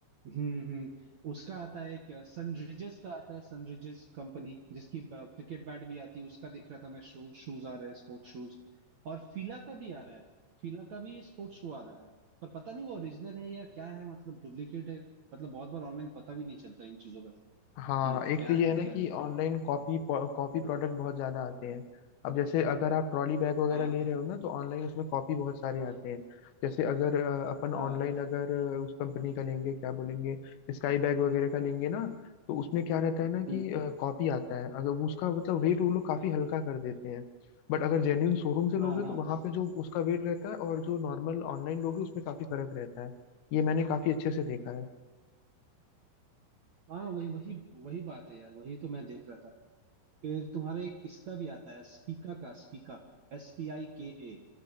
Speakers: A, on the right; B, on the left.
A: हम्म हम्म उसका आता है क्या सनरिजर्स का आता है सनरिजर्स कंपनी जिसकी क्रिकेट बैट भी आती है उसका देख रहा था मैं शू, शूज आ रहे हैं स्पोर्ट्स शूज और फीला का भी आ रहा है फीला का भी स्पोर्ट्स शू आ रहा है पर पता नहीं वो ओरिजिनल है या क्या है मतलब डुप्लीकेट है मतलब बहुत बार ऑनलाइन पता भी नहीं चलता इन चीजों का
B: हाँ
A: कि
B: एक
A: क्या
B: तो ये
A: है
B: है
A: क्या
B: ना कि
A: नहीं
B: ऑनलाइन कॉपी कॉपी प्रोडक्ट बहुत ज्यादा आते हैं अब जैसे अगर आप ट्रॉली बैग वगैरह
A: हाँ
B: ले रहे हो ना तो ऑनलाइन उसमें कॉपी बहुत सारे आते
A: हम्म,
B: हैं जैसे अगर अ, अपन ऑनलाइन
A: हाँ
B: अगर अ, उस कंपनी का लेंगे क्या बोलेंगे स्काई बैग वगैरह का लेंगे ना तो उसमें क्या रहता है ना
A: हम्म,
B: कि कॉपी आता है अगर वो उसका मतलब वेट वो लोग काफी हल्का कर देते हैं बट अगर जेन्यून शोरूम से लोगे
A: हाँ हाँ
B: तो वहां पे जो उसका वेट रहता है और जो नॉर्मल ऑनलाइन लोगे उसमें काफी फर्क रहता है ये मैंने काफी अच्छे से देखा है
A: हाँ वही वही वही बात है यार वही तो मैं देख रहा था फिर तुम्हारे एक इसका भी आता है स्पीका का Spika S P I K A